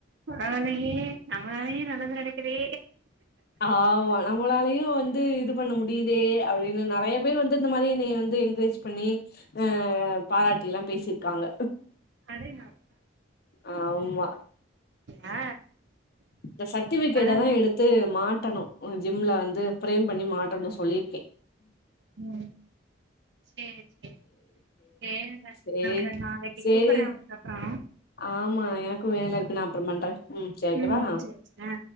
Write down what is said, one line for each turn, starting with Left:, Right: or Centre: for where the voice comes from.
Right: பரவாலயே நம்மளாலயு நல்லது நடக்குதே
Left: ஆமா நம்மளாலயு வந்து இது பண்ண முடியுதே அப்டினு நெறைய பேர் வந்து இந்த மாதிரி என்னைய வந்து என்கரேஜ் பண்ணி அ பாராட்டிலாம் பேசிருக்காங்க
Right: அடேங்கப்
Left: ஆம்மா
Right: <inaudible> ஆ
Left: இந்த சர்ட்டிஃபிகேட்ட
Right: பரவாயில்லைங்க
Left: தா எடுத்து மாட்டணு ஜிம்ல வந்து பிரேம் பண்ணி மாட்டனு சொல்லிருக்கே
Right: ம் சேர் சேரி சேரிங்க
Left: சேரி
Right: நாங்க நாளைக்கு
Left: சேரி
Right: கூப்பர்றே உனக்கு அப்றோ
Left: ஆமா எனக்கு வேலை இருக்கு நா அப்பற பண்றே சேரி வெக்கவா
Right: ம் சே சே ஆ